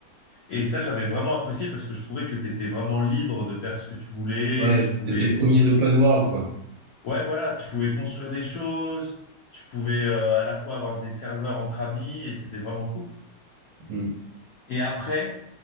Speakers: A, on the left (about 70°); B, on the right (about 75°).
A: Et ça, j'avais vraiment apprécié parce que je trouvais que tu étais vraiment libre de faire ce que tu voulais.
B: ouais,
A: Tu
B: c'était
A: pouvais
B: les
A: construire.
B: premiers open world, quoi.
A: Ouais, voilà, tu pouvais construire des choses. Tu pouvais euh, à la fois avoir des serveurs entre amis et c'était vraiment cool.
B: Hmm.
A: Et après,